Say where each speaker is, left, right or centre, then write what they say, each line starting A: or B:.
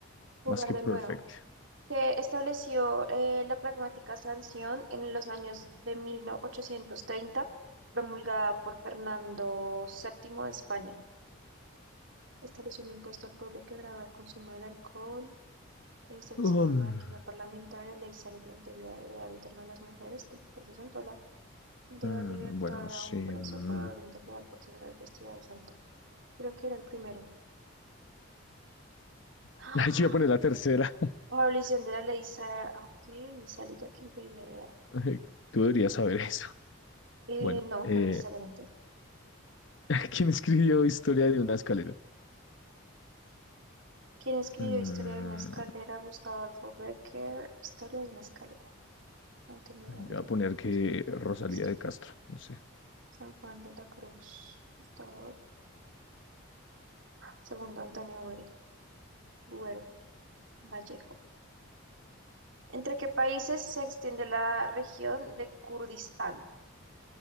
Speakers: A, on the right (about 60°); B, on the left (about 60°).
A: Jugar
B: Más que
A: de
B: perfecto.
A: nuevo. que estableció eh, la pragmática sanción en los años de 1830, promulgada por Fernando VII de España. Estableció un impuesto al pueblo que grababa el consumo del alcohol, eh, estableció
B: Um,
A: una monarquía parlamentaria, ley salario imperial, heredad eterna de las mujeres, el proceso en Tola, deba
B: mm,
A: libertad
B: bueno, no sé.
A: a un preso
B: mm.
A: por orden de real por ser vestida de santo. Creo que era el primero.
B: <laughs>
A: ¡Ah!
B: Ay, yo voy a poner la tercera.
A: Abolición de la ley sa- ah, ok, sálica que impedía la
B: <laughs> Ay, Tú deberías saber eso.
A: Eh,
B: Bueno,
A: no,
B: eh,
A: no necesariamente.
B: <laughs> ¿Quién escribió Historia de una escalera?
A: Quien escribió
B: Mm,
A: Historia de una escalera? Gustavo Adolfo Becker. Historia de una escalera. Antonio
B: voy
A: de Obregón.
B: a poner que
A: José
B: Rosalía
A: de Castro.
B: de Castro, no sé.
A: San Juan de la Cruz. Gustavo Adolfo. Segundo Antonio Buero. Buero, Vallejo. ¿Entre qué países se extiende la región de Kurdistán?